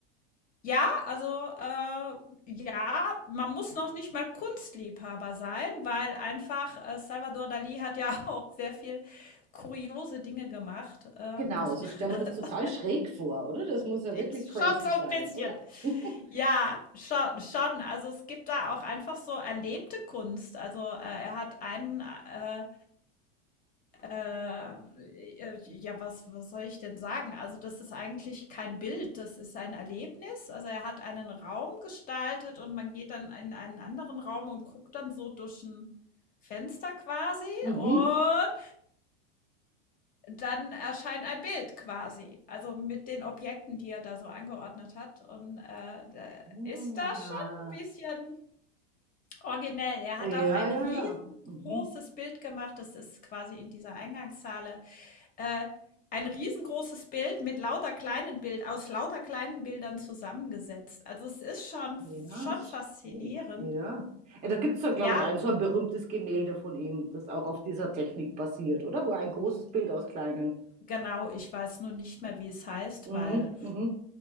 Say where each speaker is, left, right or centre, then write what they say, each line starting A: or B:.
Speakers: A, on the left (about 25°); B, on the right (about 20°).
A: ja, also, äh, ja, man muss noch nicht mal Kunstliebhaber sein, weil einfach, äh, Salvador Dali hat ja <laughs> auch sehr viel kuriose Dinge gemacht, äh,
B: Genau,
A: muss
B: also
A: man
B: ich
A: <laughs>
B: stelle mir das total schräg vor, oder? Das muss ja
A: Schon
B: wirklich crazy
A: so ein
B: sein,
A: bisschen.
B: oder? <laughs>
A: Ja, schon schon. Also, es gibt da auch einfach so erlebte Kunst. Also, äh, er hat einen, äh, äh, äh, ja, was was soll ich denn sagen? Also, das ist eigentlich kein Bild, das ist ein Erlebnis. Also, er hat einen Raum gestaltet und man geht dann in einen anderen Raum und guckt dann so durch ein Fenster quasi
B: Mhm.
A: und dann erscheint ein Bild quasi, also mit den Objekten, die er da so angeordnet hat. Und äh, da
B: Ja,
A: ist da schon ein bisschen originell. Er
B: ja,
A: hat auch ein
B: ja.
A: riesengroßes
B: ja. Mhm.
A: Bild gemacht, das ist quasi in dieser Eingangshalle. Äh, ein riesengroßes Bild mit lauter kleinen Bild, aus lauter kleinen Bildern zusammengesetzt. Also es ist schon,
B: Ja,
A: schon
B: schräg.
A: faszinierend.
B: Ja. Äh, Da gibt es doch, glaube
A: Ja,
B: ich, ein so ein berühmtes Gemälde von ihm, das auch auf dieser Technik basiert, oder? Wo ein großes Bild aus kleinen.
A: genau, ich weiß nur nicht mehr, wie es heißt,
B: Mhm,
A: weil
B: mhm.